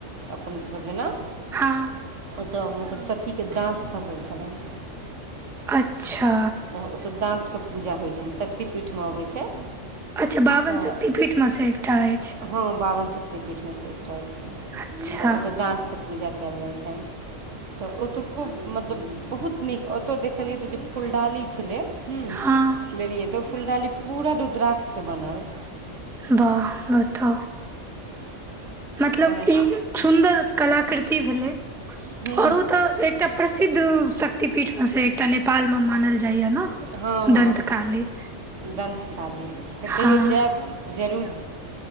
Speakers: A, on the right; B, in the centre.
A: अपन सब जेना
B: हँ
A: ओत मतलब सत्तीके दाँत खसल छलनिएं।
B: अच्छा।
A: त ओत दाँतके पूजा होइ छनि, शक्तिपीठमे अबै छै।
B: अच्छा बाबन
A: तऽ
B: शक्तिपीठमे सं एकटा अछि?
A: हँ बाबन शक्तिपीठमे सँ एकटा अछि,
B: अच्छा
A: त ओत दाँतके पूजा कैल जाइ छनि। त ओतुको मतलब बहुत नीक ओतौ देखलियै त जे फुलडाली छलै हुं लेलियै
B: हँ
A: त, उ फुलडाली पूरा रुद्राक्षसँ बनल।
B: वाह बताउ। मतलब
A: तखन
B: ई खुन्दर कलाकृति भेलै।
A: हुं।
B: और ओ त एकटा प्रसिद्ध शक्तिपीठ मे स एकटा नेपाल मे मानल जाइया न?
A: हँ हँ
B: दंतकाली।
A: दन्तकाली त
B: हँ
A: कहियो जाएब जरूर।